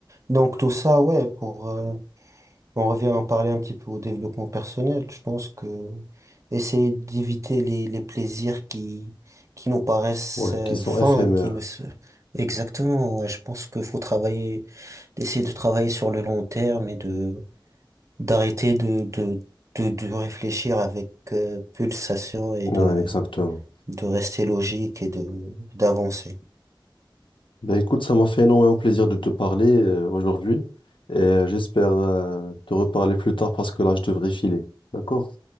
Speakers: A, on the right; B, on the left.
A: Donc tout ça, ouais, pour, euh, on revient à en parler un petit peu au développement personnel. Je pense que essayer d'éviter les, les plaisirs qui, qui nous paraissent
B: ouais,
A: euh,
B: qui sont éphémères.
A: vains, qui ne se, exactement, ouais, je pense qu'il faut travailler d'essayer de travailler sur le long terme et de d'arrêter de, de, de, de réfléchir avec euh, pulsation et
B: Ouais,
A: de,
B: exactement.
A: de rester logique et de d'avancer.
B: Ben écoute, ça m'a fait énormément plaisir de te parler euh, aujourd'hui et euh, j'espère euh, te reparler plus tard parce que là, je devrais filer. D'accord?